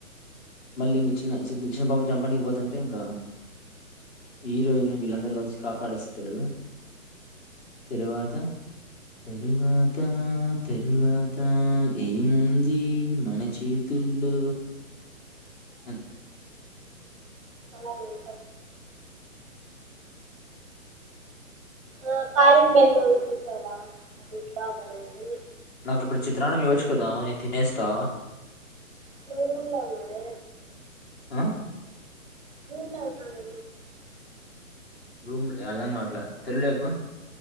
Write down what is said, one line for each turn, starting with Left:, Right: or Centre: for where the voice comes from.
Left: మళ్ళీ ఇ చిన్న చిన్న పాప ను చంపనిపోతుంటే ఇంకా హీరోయిన్ు వీళ్ళందరూ కలిసి కాపాడేస్తారు తరువాత తరువాత తరువాత ఏముంది మన చేతి చలు అ
Right: డి ఉంటల ఆ కాళింగ్ బేల్ మావి చూస అ ఇ ఉంట
Left: నాకు ఇప్పుడు చిత్రాన్నం ఇవ్వచ్చు కదా నేను తినేస్తా
Right: నువ రూమ్లా ఉన్నావే
Left: ఆ
Right: అఊన్లా ఉన్నాను
Left: రూమ్ యరదా కావట్లే తెర్లే ఎప్పు